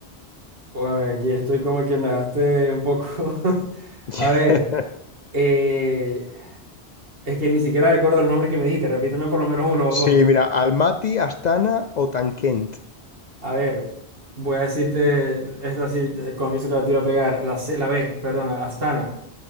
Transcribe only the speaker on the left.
<laughs>
Sí, mira, Almaty, Astana o Tankent.